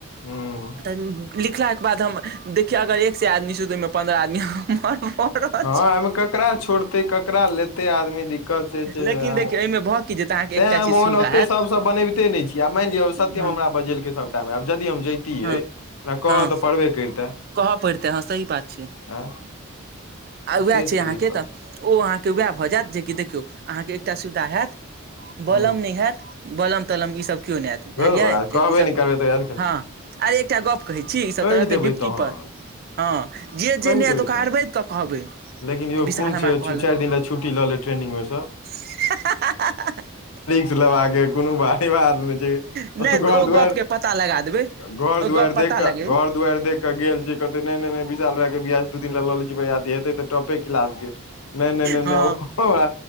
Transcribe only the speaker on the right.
तऽ लिखला कऽ बाद हम देखियौ अगर एक सै आदमी छी तऽ ओहिमे पन्द्रह आदमी हमर रहल
छै
लेकिन देखियौ एहिमे भऽ की जेतै अहाँके
एकटा
चीज सुविधा
हैत
हँ
हँ
हँ
कहऽ पड़तै हँ सही बात छै
आ वैह
छै अहाँके
तऽ ओ अहाँके वैह भऽ जायत जेकि देखियौ अहाँकेँ एकटा सुविधा हैत बलम
नइ हैत बलम तलम ईसभ केओ नइ हैत बुझलियै
क्याकि
ईसभ
हँ आरे एकटा गप्प कहै छी ई सब
तऽ रहतै
डिप
हँ जे
जे नइ
ऐत ओकरा
अरबैध कऽ कहबै
जे विशाल
हमरा
कहलक
<unintelligible>
नहि तऽ
ओ
गपके पता लगा देबै
ओ गप
पता
लगेबै
हँ